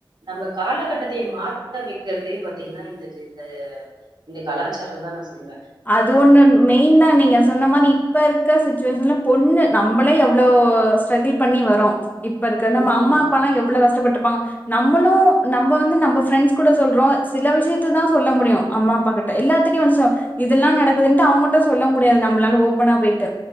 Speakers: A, on the right; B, on the left.
A: நம்ப காலகட்டத்தையே மாத்த வைக்கிறதே பாத்தீங்கன்னா இந்த இந்த இந்த கலாச்சாரம் தா நா சொல்லுவே
B: அது ஒண்ணு மெயின் தா நீங்க சொன்ன மாரி இப்ப இருக்க சுச்சுவேஷன்ல பொண்ணு நம்பளே எவ்ளோ ஸ்டிரக்குள் பண்ணி வரோ இப்ப இருக்க நம்ம
A: ம்.
B: அம்மா அப்பாலா எவ்ளோ கஷ்டப்பட்டுப்பாங்க நம்பளு நம்ப வந்து நம்ப ஃப்ரெண்ட்ஸ் கூட சொல்றோ சில விஷயத்த தா சொல்ல முடியு அம்மா அப்பாக்கிட்ட எல்லாத்திட்டயு வந்து சொ இதெல்லா நடக்குதுன்ட்டு அவுங்கட்ட சொல்ல முடியாது நம்மளால ஓப்பனா போயிட்டு